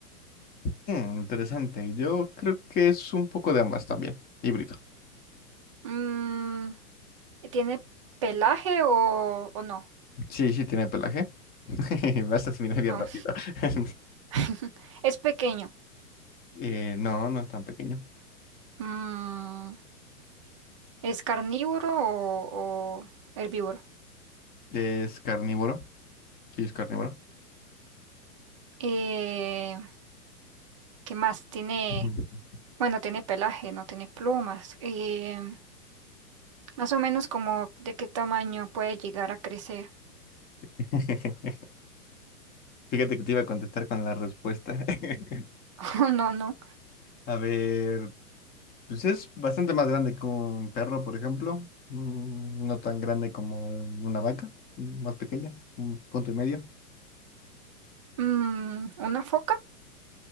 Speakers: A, on the left (about 20°); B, on the right (about 25°).
A: Mm, interesante. Yo creo que es un poco de ambas también. Híbrido.
B: Mm, ¿tiene pelaje o, o no?
A: Sí, sí, tiene pelaje. <laughs> Vas a terminar bien
B: No.
A: rápido. <laughs>
B: <laughs> Es pequeño.
A: Eh, no, no es tan pequeño.
B: Mm, ¿es carnívoro o, o herbívoro?
A: Es carnívoro. Sí, es carnívoro.
B: Eh, ¿qué más? Tiene,
A: Ujú.
B: bueno, tiene pelaje, no tiene plumas. Eh, Más o menos como de qué tamaño puede llegar a crecer.
A: <laughs> Fíjate que te iba a contestar con la respuesta. <laughs>
B: <laughs> Oh, no, no.
A: A ver, pues es bastante más grande que un perro, por ejemplo. Mm, No tan grande como una vaca, mm, más pequeña, un punto y medio.
B: Mm, ¿una foca?